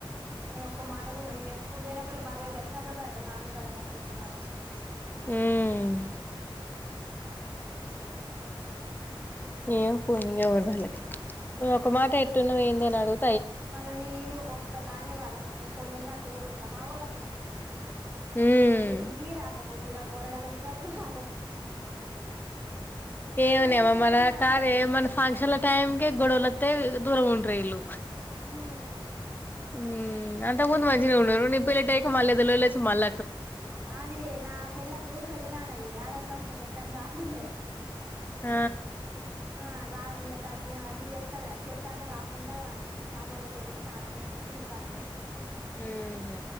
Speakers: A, on the right; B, on the left.
A: నే ఒక మాట నేను ఎప్పుడు పోయినప్పుడల్లా బాబాయి కలిసినప్పుడల్లా అడుగుతా నాన్నమ్మ తాత మంచిగున్నదానే అని
B: ఉమ్
A: ఆమ్
B: ఏం పోని ఎవరిది వాళ్ళకే ఒక మాట ఎట్టున్నావ్ ఏంది అని అడుగు
A: మళ్ళా నేను ఒక్కదాన్ని వాళ్ళకు ఇంకోళ్ళు ఉన్నట్టు కూడా ఉం మా వోళ్ళకు
B: ఉమ్
A: నా పెళ్ళికి రాకపోతివి నా పోరగాల్ల పు డబ్బులు హా
B: ఏమో
A: కన్నులు
B: నేమో
A: జూత్తే
B: మన
A: మాట్లాడవు
B: కాదే
A: ఇట్లా
B: మొన్న ఫంక్షన్ ల టైమ్ కే గొడవలొత్తయి దూరంగా ఉంటారు ఇళ్లు
A: ఉమ్
B: ఉమ్ అంతకు ముందు మంచిగా ఉండే వాళ్లు నీ పెళ్లి అయ్యె టైం మల్ లేదలచ్ మల్ల
A: ఆది నా పెళ్ళప్పుడు పెద్ద నాన్నయ్యి ఆడది మస్ నే బెడతాను రాలేదే
B: ఆ
A: ఆ రాద ఇలా తద్దిన అది చేస్తారు కదా చెత్త అంటే రాకుండా వాని సాంబాయ కొడుకులకి స్నానం పోసుకుంటే ఇంటికాడు ఉంది
B: ఉహు